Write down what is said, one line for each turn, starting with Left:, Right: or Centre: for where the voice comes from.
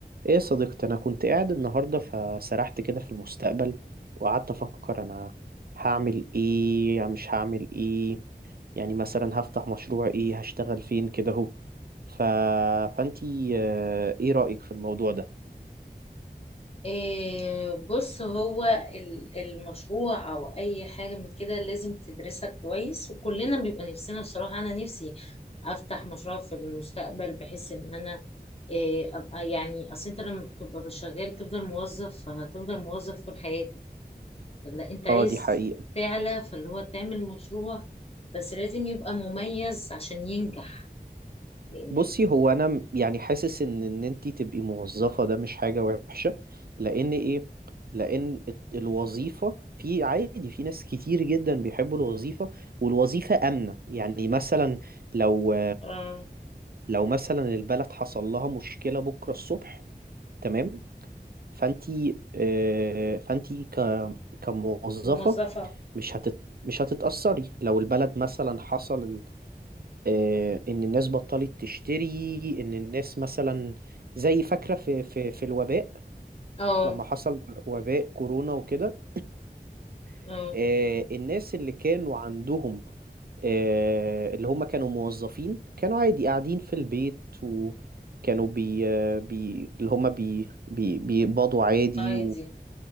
Right: ايه يا صديقتي انا كنت قاعد النهارده فسرحت كده في المستقبل وقعدت افكر انا هعمل ايه يعني مش هعمل ايه يعني مثلا هفتح مشروع ايه هشتغل فين كده اهو ف... فانتي آه، ايه رأيك في الموضوع ده
Left: إيه بص هو ال- المشروع او اي حاجه من كده لازم تدرسها كويس وكلنا بيبقى نفسنا بصراحه انا نفسي افتح مشروع في المستقبل بحيث ان انا إيه ابقى يعني اصل انت لما بتبقى شغال تفضل موظف فهتفضل موظف طول حياتك لا انت عايز
Right: اه دي حقيقة
Left: تعلى فاللي هو تعمل مشروع بس لازم يبقى مميز عشان ينجح يعني
Right: بصي هو انا م- يعني حاسس ان ان انت تبقي موظفه ده مش حاجه وحشه لان ايه لان الت- الوظيفه في عادي في ناس كتير جدا بيحبوا الوظيفه والوظيفه امنه يعني مثلا لو
Left: اه
Right: لو مثلا البلد حصل لها مشكله بكره الصبح تمام فانت آه، فانت ك كموظفه
Left: موظفة
Right: مش هتت مش هتتاثري لو البلد مثلا حصل آه، ان الناس بطلت تشتري ان الناس مثلا زي فاكره في في في الوباء
Left: اه
Right: لما حصل وباء كورونا وكده <clears throat>
Left: اه
Right: آه، الناس اللي كانوا عندهم آه، اللي هم كانوا موظفين كانوا عادي قاعدين في البيت وكانوا بي آه، بي اللي هم بي بي بيقبضوا عادي
Left: عادي